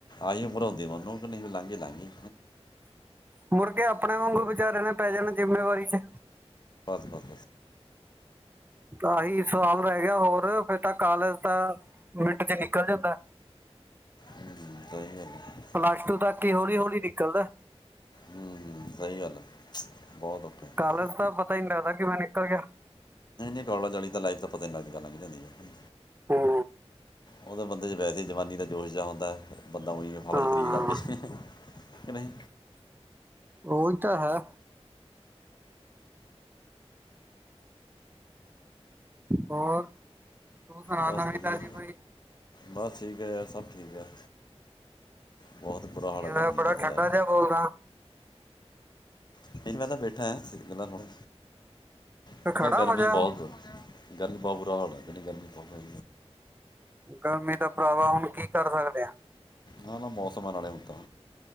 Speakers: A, on the left (about 40°); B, on the right (about 20°).
A: ਆਹੀ ਉਮਰ ਹੁੰਦੀ ਮਨ ਕਿ ਨਹੀਂ ਵੀ ਲਾਂਘੀ ਲਾਂਘਗੀ।
B: ਮੁੜਕੇ ਆਪਣੇ ਵਾਂਗੂ ਵਿਚਾਰੇ ਨੇ ਪੈ ਜਾਣੇ ਜਿੰਮੇਵਾਰੀ ਚ
A: ਬਸ ਬਸ
B: ਤਾਂਹੀ ਸਵਾਲ ਰਹਿ ਗਿਆ ਹੋਰ ਫਿਰ ਤਾਂ ਕਾਲਜ ਤਾਂ ਮਿੰਟ ਚ ਨਿਕਲ ਜਾਂਦਾ
A: ਹੂੰ, ਸਹੀ ਗੱਲ ਹੈ।
B: ਪਲੱਸ ਟੂ ਤੱਕ ਹੀ ਹੌਲੀ ਹੌਲੀ ਨਿਕਲਦਾ।
A: ਹੂੰ ਸਹੀ ਗੱਲ ਹੈ। ਬਹੁਤ ਔਖਾ ਹੈ।
B: ਕਾਲਜ ਦਾ ਪਤਾ ਹੀ ਨਹੀਂ ਲੱਗਦਾ ਕਿਵੇਂ ਨਿਕਲ ਗਿਆ।
A: <unintelligible> ਤਾਂ ਲਾਈਫ ਤਾਂ ਪਤਾ ਇ ਦੀ ਗੱਲ ਲੰਘ ਜਾਂਦੀ ਹੈ
B: ਹੂੰ
A: ਉਹਦੇ ਬੰਦੇ ਚ ਵੈਸੇ ਹੀ ਜਵਾਨੀ ਦਾ ਜੋਸ਼ ਜਿਹਾ ਹੁੰਦਾ। ਬੰਦਾ ਉਹੀ ਹਵਾ
B: ਹਾਂ
A: 'ਚ ਫਰੀ ਜਾਂਦਾ ਆਪਣੀ ਕੇ ਨੀ
B: ਉਹੀ ਤਾਂ ਹੈ। ਹੋਰ ਤੂੰ ਸੁਣਾ
A: ਬਸ
B: ਨਵੀ
A: ਵਧੀਆ
B: ਤਾਜੀ ਬਾਈ
A: ਬਸ ਠੀਕ ਹੈ ਯਾਰ ਸਭ ਠੀਕ ਹੈ। ਬਹੁਤ ਬੁਰਾ
B: ਕੀ
A: ਹਾਲ ਹੈ
B: ਹੋਇਆ
A: ਗਰਮੀ
B: ਬੜਾ
A: ਦਾ ਤਾਂ
B: ਠੰਡਾ
A: ਯਾਰ
B: ਜਿਹਾ ਬੋਲਦਾ।
A: ਨਹੀਂ ਮੈਂ ਬੈਠਾ ਆ ਗੱਲਾਂ ਸੁਣਦਾ।
B: ਤੇ
A: ਮੈਂ ਕਿਹਾ
B: ਖੜਾ
A: ਗਰਮੀ
B: ਹੋ ਜਾ
A: ਬਹੁਤ ਗਰਮੀ ਬੋਤ ਬੁਰਾ ਹਾਲ ਹੈ ਗਰਮੀ ਪਾ ਹੈ।
B: ਗਰਮੀ ਦਾ ਭਰਾਵਾ ਹੁਣ ਕੀ ਕਰ ਸਕਦੇ ਹਾਂ।
A: ਨਾ ਨਾ ਮੌਸਮਾਂ ਨਾਲੇ ਹੁੰਦਾ